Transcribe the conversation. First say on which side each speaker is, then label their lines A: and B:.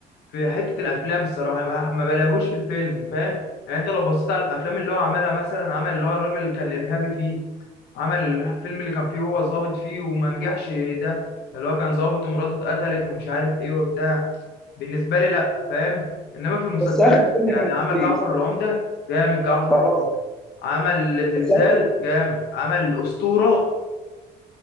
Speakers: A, on the left; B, in the centre.
A: في حته الافلام الصراحه ما ما بلاهوش في الفيلم فاهم يعني انت لو بصيت على الافلام اللي هو عملها مثلا عمل اللي هو الراجل اللي كان ارهابي فيه عمل الفيلم اللي كان فيه هو ظابط فيه وما نجحش ده اللي هو كان ظابط ومراته اتقتلت ومش عارف ايه وبتاع بالنسبه لي لا فاهم انما في المسلسلات
B: بس آخر فيلم
A: يعني
B: كان
A: عمل
B: كويس
A: جعفر العمده جامد جعفر
B: خلاص
A: العمده عمل زلزال
B: بس آخر
A: جامد عمل الاسطوره